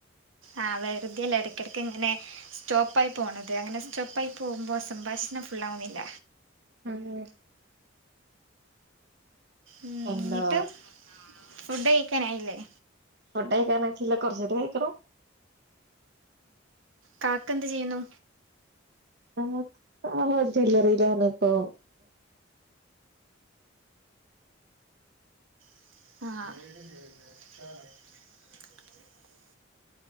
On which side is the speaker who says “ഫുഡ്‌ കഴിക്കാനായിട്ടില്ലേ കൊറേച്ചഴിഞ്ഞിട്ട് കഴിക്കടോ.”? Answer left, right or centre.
Right